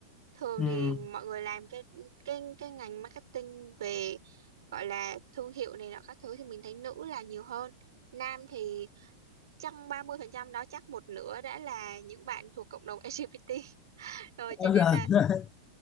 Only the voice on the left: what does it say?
ừm.
bao
giờ
<laughs>